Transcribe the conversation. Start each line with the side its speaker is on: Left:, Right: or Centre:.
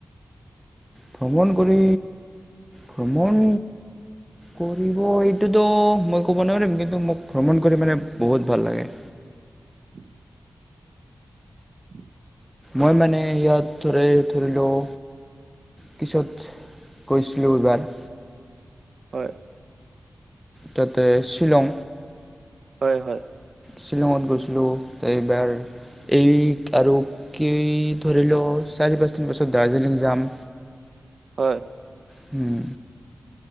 Centre: ভ্ৰমণ কৰি ভ্ৰমণ কৰিব এইটোতো মই ক'ব নোৱাৰিম কিন্তু মোক ভ্ৰমণ কৰি মানে বহুত ভাল লাগে।
Right: <unintelligible> <unintelligible>
Centre: মই মানে ইয়াত ধৰি-ধৰি লওঁ পিছত গৈছিলোঁ এইবাৰ।
Right: হয়।
Centre: তাতে শ্বিলং
Right: হয়-হয়।
Centre: শ্বিলঙত গৈছিলোঁ এইবাৰ এইক আৰু কেই ধৰি লও চাৰি, পাঁচদিন পিছত দাৰ্জিলিং যাম।
Right: হয়।
Centre: হম,